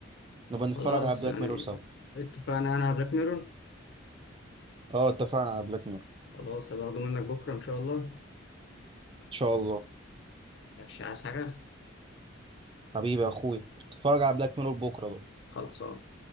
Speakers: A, on the right (about 25°); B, on the left (about 55°).
A: نبقى نتفرج
B: خلاص
A: على بلاك
B: يعني
A: ميرور سوا
B: اتفقنا انا على بلاك ميرور
A: اه اتفقنا على بلاك ميرور ان
B: خلاص هبقى منك بكره ان شاء الله
A: شاء الله
B: مش عايز حاجه
A: حبيبي يا اخوي اتفرج على بلاك ميرور بكره بقى
B: خلصان